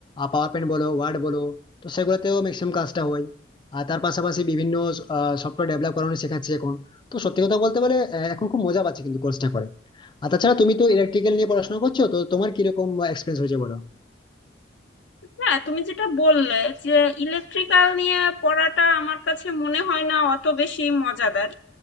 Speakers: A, on the left (about 25°); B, on the left (about 75°).
A: পাওয়ার পয়েন্ট বলো ওয়ার্ড বলো তো সেগুলোতেও ম্যাক্সিমাম কাজটা হয় আর তার পাশাপাশি বিভিন্ন সফটওয়্যার ডেভেলপ করানো শেখাচ্ছে এখন তো সত্যি কথা বলতে বলে আহ, এখন খুব মজা পাচ্ছে কিন্তু কোর্সটা করে আর তাছাড়া তুমি তো ইলেকট্রিক্যাল নিয়ে পড়াশোনা করছো তো তোমার কিরকম এক্সপিরিয়েন্স হয়েছে বলো
B: হ্যাঁ তুমি যেটা বললে যে ইলেকট্রিক্যাল নিয়ে পড়াটা আমার কাছে মনে হয় না অত বেশি মজাদার